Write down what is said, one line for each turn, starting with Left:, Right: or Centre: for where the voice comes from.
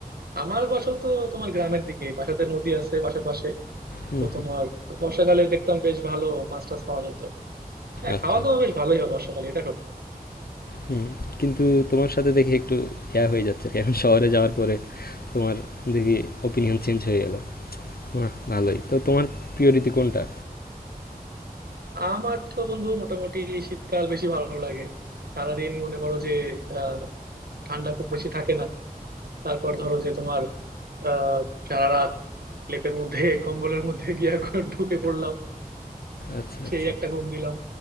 Right: আমার বাসাও তো তোমার গ্রামের দিকে বাসাতে নদী আছে পাশাপাশি
Left: হুম
Right: তো
Left: হুম,
Right: তোমার বর্ষাকালে দেখতাম বেশ ভালো মাছ টাছ পাওয়া যেত হ্যাঁ
Left: আচ্ছা
Right: খাওয়া দাওয়া বেশ ভালোই হয় বর্ষাকালে এটা সত্য
Left: হুম কিন্তু তোমার সাথে দেখি একটু ইয়া হয়ে যাচ্ছে আর কি। এখন শহরে যাওয়ার পরে তোমার দেখি ওপিনিয়ন চেঞ্জ হয়ে গেল বাহ ভালোই তো তোমার প্রিয় ঋতু কোনটা
Right: আমার তো বন্ধু মোটামুটি শীতকাল বেশি ভালো লাগে সারাদিন মনে করো যে আহ ঠান্ডা খুব বেশি থাকে না তারপর ধরো যে তোমার আহ সারা রাত লেপের মধ্যে <laughs> কম্বলের মধ্যে গিয়া ঘ- ঢুকে পড়লাম
Left: আচ্ছা
Right: সেই
Left: আচ্ছা
Right: একটা ঘুম দিলাম